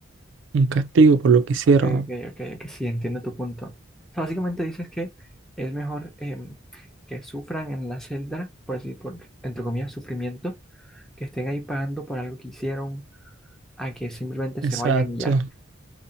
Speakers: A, on the right; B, in the centre.
A: un castigo por lo que hicieron.
B: Ok, ok, ok, que sí, entiendo tu punto. O sea, básicamente dices que es mejor em, que sufran en la celda, por decir, por, entre comillas, sufrimiento, que estén ahí pagando por algo que hicieron, a que simplemente
A: Exacto.
B: se vayan y ya.